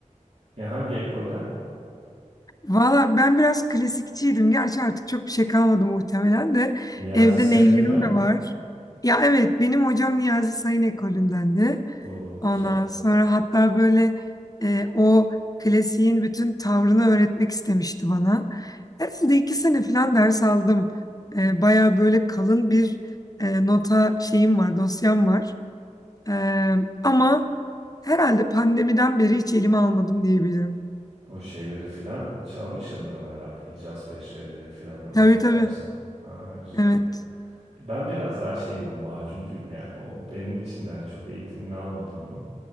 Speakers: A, on the right (about 55°); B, on the left (about 30°).
A: E, hangi ekolden?
B: Valla ben biraz klasikçiydim. Gerçi artık çok bir şey kalmadı muhtemelen de.
A: Niyazi
B: Evde
A: Sayın
B: neylerim
A: filan
B: de
A: mı?
B: var. Ya evet benim hocam Niyazi Sayın ekolündendi.
A: Oo
B: Ondan
A: güzel.
B: sonra hatta böyle e, o klasiğin bütün tavrını öğretmek istemişti bana. Herhalde iki sene falan ders aldım. E, baya böyle kalın bir e, nota şeyim var, dosyam var. E, ama... Herhalde pandemiden beri hiç elime almadım diyebilirim.
A: O şeyleri filan çalmışsındır ama herhalde. Hicaz Peşrevleri filan o Refik
B: Tabii tabii.
A: Fersan. Aa, güzel.
B: Evet.
A: Ben biraz daha şeyim o macuncuyum yani. O benim için de hani çok eğitimini almadım onun.